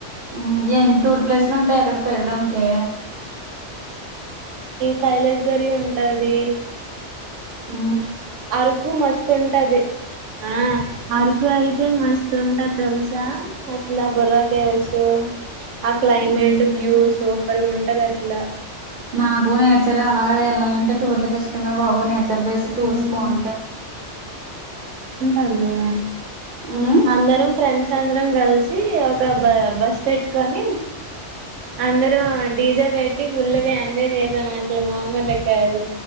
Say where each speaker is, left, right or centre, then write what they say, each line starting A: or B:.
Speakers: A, on the right (about 55°); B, on the right (about 85°).
A: ఉ ఏం టూర్ ప్లేస్లు ఉంటాయి ఆక్కడ తిరగడానికి.
B: కైలేస్ గరి ఉంటది.
A: ఉ
B: అరుకు మస్తు ఉంటది ఆ అరుక ఇకు అయితే మస్తు ఉంటది తెలుసా అసలా బుర్రకేసు ఆ క్లైమేట్
A: ఉమ్
B: వ్యూ సూపర్ ఉంటాది అసలా.
A: నాకు నేచర్ అలా వెళ్ళాలంటే టూర్లలకు ఇష్టమే బాబు నేచర్. సర్వీస్
B: మ్మ్
A: టూర్స్ బాగుంటాయి.
B: అదే
A: ఉమ్
B: అందరం ఫ్రెండ్స్ అందరం కలిసి ఒక బ బస్ పెట్టుకొని అందరం డీజె పెట్టి ఫుల్గా ఎంజాయ్ చేసాం అసలు మామూలుగ కాదు.